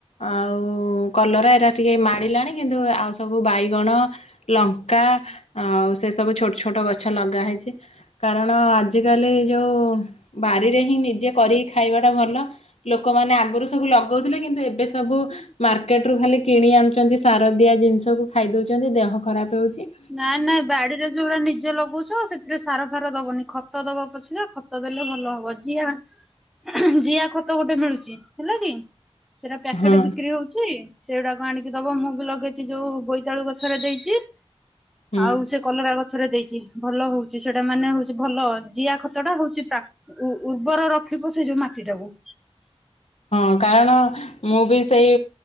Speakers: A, on the left; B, in the centre.
A: ଆଉ କଲରା ଏଇଟା ଟିକେ ମାଡ଼ିଲାଣି କିନ୍ତୁ ଆଉ ସବୁ ବାଇଗଣ ଲଙ୍କା ଆଉ ସେ ସବୁ ଛୋଟ ଛୋଟ ଗଛ ଲଗା ହେଇଛି। କାରଣ ଆଜିକାଲି ଯେଉଁ ବାରିରେ ହିଁ ନିଜେ କରିକି ଖାଇବାଟା ଭଲ। ଲୋକମାନେ ଆଗରୁ ସବୁ ଲଗଉଥିଲେ କିନ୍ତୁ ଏବେ ସବୁ ମାର୍କେଟରୁ ଖାଲି କିଣି ଆଣୁଛନ୍ତି ସାର ଦିଆ ଜିନିଷକୁ ଖାଇ ଦେଉଛନ୍ତି, ଦେହ ଖରାପ ହେଉଛି।
B: ନା ନା ବାଡିରେ ଯୋଉଡା ନିଜେ ଲଗଉଚୁ ସେଥିରେ ସାର ଫାର ଦବନି ଖତ ଦବ ପଛରେ ଖତ ଦେଲେ ଭଲ ହବ, ଯି ଜିଆ ଖତ ଗୋଟେ ମିଳୁଛି ହେଲା କି ସେଟା ପ୍ୟାକେଟ
A: ହଁ
B: ବିକ୍ରି ହଉଛି। ସେଇଗୁଡାକ ଆଣିକି ଦବ, ମୁଁ ବି ଲଗେଇଛି ଯୋଉ ବୋଇତାଳୁ ଗଛରେ ଦେଇଛି
A: ହୁଁ।
B: ଆଉ ସେ କଲରା ଗଛରେ ଦେଇଛି, ଭଲ ହଉଛି, ସେଟା ମାନେ ହଉଛି ଭଲ ଜିଆ ଖତ ଟା ହଉଛି ପ୍ରା ଉ ଉର୍ବର ରଖିିବ ସେଇ ଯୋଉ ମାଟି ଟାକୁ।
A: ହଁ କାରଣ ମୁଁ ବି ସେଇ